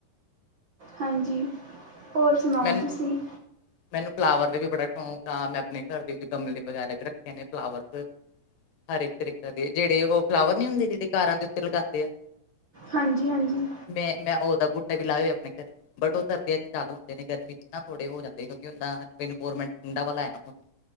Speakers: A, on the right; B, on the left.
A: ਹਾਂਜੀ, ਹੋਰ ਸੁਣਾਓ
B: ਮੈਨੂੰ
A: ਤੁਸੀਂ।
B: ਮੈਨੂੰ ਫਲਾਵਰ ਦੇ ਵੀ ਬੜਾ ਸ਼ੌਂਕ ਆ ਮੈਂ ਆਪਣੇ ਘਰ ਦੇ ਵਿੱਚ ਗਮਲੇ ਵਗੈਰਾ ਵੀ ਰੱਖੇ ਨੇ ਫਲਾਵਰ ਹਰ ਇੱਕ <unintelligible> ਜਿਹੜੇ ਉਹ ਫਲਾਵਰ ਨੀ ਹੁੰਦੇ ਜਿਹੜੇ ਕਾਰਾਂ ਦੇ ਉੱਤੇ ਲਗਾਉਂਦੇ ਆ।
A: ਹਾਂਜੀ-ਹਾਂਜੀ।
B: ਮੈਂ-ਮੈਂ ਉਹਦਾ ਬੂਟਾ ਵੀ ਲਾਏ ਹੋਏ ਆਪਣੇ ਘਰੇ ਬਟ ਉਹ ਸਰਦੀਆਂ ਚ ਜਾ <unintelligible> ਇੰਨੀ ਗਰਮੀ ਚ ਨਾ ਥੋੜੇ ਹੋ ਜਾਂਦੇ ਨ ਕਿਉਂਕਿ ਉਂਦਾ ਮੈਨੂੰ ਪੋਰਮੈਂਟਾਂ ਵਾਲਾ। <unintelligible>